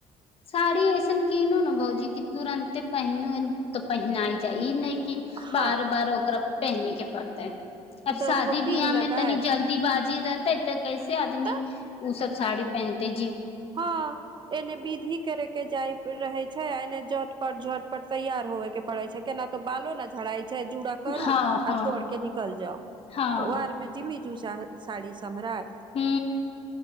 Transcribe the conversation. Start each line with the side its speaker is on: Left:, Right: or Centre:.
Left: साड़ी ऐसन किीनु ने भौजी क तुरन्ते पहिनू तो पहिनाय जा ई नहि।
Right: हँ
Left: बार बार ओकरा पहने के। करतै। अब
Right: दस
Left: शादी
Right: गो पिन
Left: बियाह
Right: लगायत
Left: में तनी जल्दी बाज। जी रहते तऽ कैसे आदमी
Right: तऽ
Left: ओ सब साड़ी पहनते।
Right: हँ एने बीधी। के के जाइ। रहै छै एने जट। पर झट पर तैयार होवे के प परड़े छै केना तो बालो ने झड़ा छै। जूड़ा करु
Left: हँ हँ
Right: आ दौड़ के निकल जाउ तऽ
Left: हँ
Right: ओ आर में जिमी। चू साड़ी सम््राट।
Left: हू।